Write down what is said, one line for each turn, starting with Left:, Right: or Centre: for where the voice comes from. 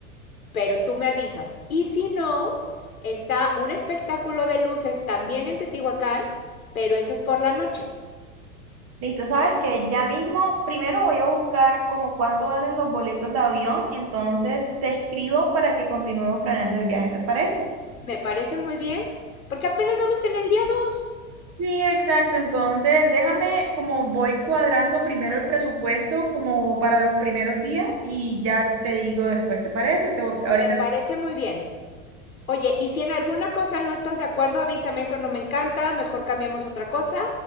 Left: pero tú me avisas. Y si no, está un espectáculo de luces también en Teotihuacán, pero ese es por la noche.
Right: Listo, sabes que ya mismo, primero voy a buscar como cuánto valen los boletos de avión, entonces te escribo para que continuemos planeando el viaje, ¿te parece?
Left: Me parece muy bien, porque apenas vamos en el día 2.
Right: Sí, exacto. Entonces, déjame como voy cuadrando primero el presupuesto como para los primeros días y ya te digo después, ¿te parece? Te- ahorita
Left: Me parece
Right: te-
Left: muy bien. Oye, y si en alguna cosa no estás de acuerdo, avísame, eso no me encanta, mejor cambiamos otra cosa,